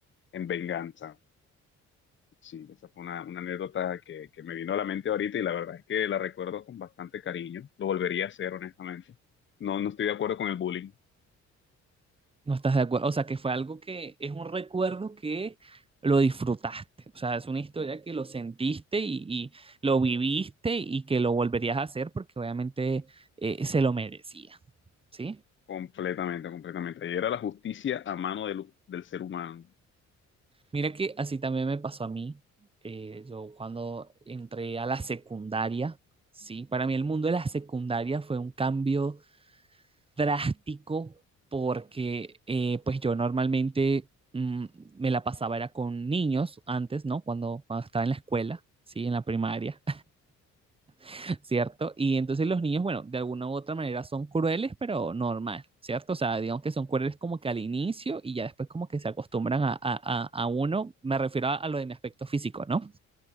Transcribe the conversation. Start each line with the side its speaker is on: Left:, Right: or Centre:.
Left: en venganza. Sí, esa fue una, una anécdota que, que me vino a la mente ahorita y la verdad es que la recuerdo con bastante cariño. Lo volvería a hacer, honestamente. No, no estoy de acuerdo con el bullying.
Right: No estás de acuerdo, o sea, que fue algo que es un recuerdo que lo disfrutaste, o sea, es una historia que lo sentiste y, y lo viviste y que lo volverías a hacer porque obviamente eh, se lo merecía, ¿sí?
Left: Completamente, completamente. Ahí era la justicia a mano del, del ser humano.
Right: Mira que así también me pasó a mí, eh, yo cuando entré a la secundaria, ¿sí? Para mí el mundo de la secundaria fue un cambio drástico porque eh, pues yo normalmente mm, me la pasaba era con niños antes, ¿no? Cuando, cuando estaba en la escuela, ¿sí? En la primaria, <laughs> ¿cierto? Y entonces los niños, bueno, de alguna u otra manera son crueles, pero normal, ¿cierto? O sea, digamos que son crueles como que al inicio y ya después como que se acostumbran a, a- a- a uno, me refiero a, a lo de mi aspecto físico, ¿no?